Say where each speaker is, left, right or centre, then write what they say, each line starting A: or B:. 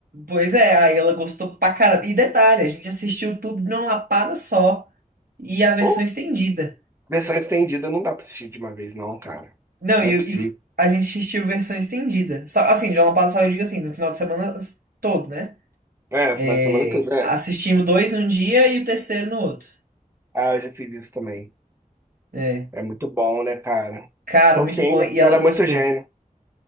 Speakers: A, on the right (about 85°); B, on the right (about 15°).
A: Pois é, aí ela gostou pra caramba. E detalhe, a gente assistiu tudo de uma lapada só. E a versão
B: Pô,
A: estendida.
B: Versão estendida não dá pra assistir de uma vez, não, cara.
A: Não,
B: Não
A: e,
B: é possível.
A: e a gente assistiu versão estendida. Só, assim, de uma lapada só, eu digo assim, no final de semana todo, né?
B: É,
A: É,
B: final de semana tudo É.
A: assistimos dois num dia e o terceiro no outro.
B: Ah, eu já fiz isso também.
A: É.
B: É muito bom, né, cara?
A: Cara,
B: Tolkien
A: muito bom. E ela
B: era
A: gostou.
B: muito gênio.